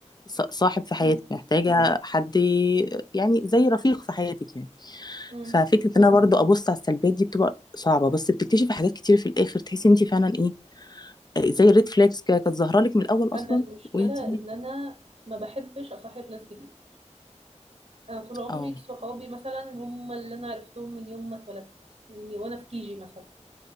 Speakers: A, on the left (about 35°); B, on the right (about 50°).
A: ص- صاحب في حياتك
B: امم
A: محتاجة حد يعني زي رفيق في حياتك يعني
B: امم
A: ففكرة ان انا برضو ابص على السلبيات دي بتبقى صعبة بس بتكتشفي حاجات كتير في الاخر تحسي انت فعلا ايه زي الريد فلاجز كده كانت ظاهرة لك من الاول اصلا
B: انا المشكله
A: وانت
B: ان انا ما بحبش اصاحب ناس جديده انا طول عمري
A: اه
B: صحابي مثلا هم اللي انا عرفتهم من يوم ما اتولدت من وانا في كيجي مثلا